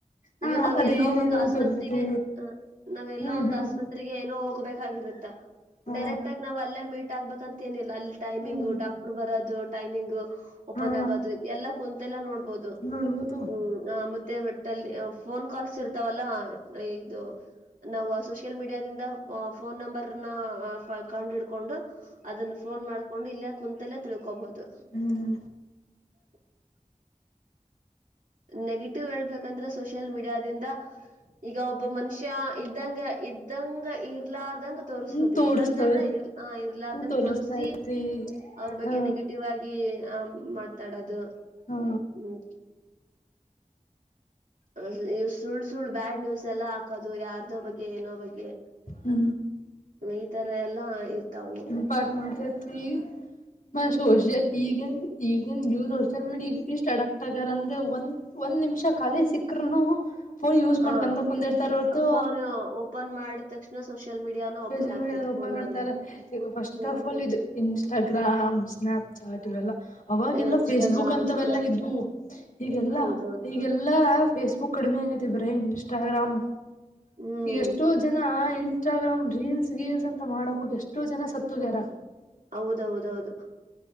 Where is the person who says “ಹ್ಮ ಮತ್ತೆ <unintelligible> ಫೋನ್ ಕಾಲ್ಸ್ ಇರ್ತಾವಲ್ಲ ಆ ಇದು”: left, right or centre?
Right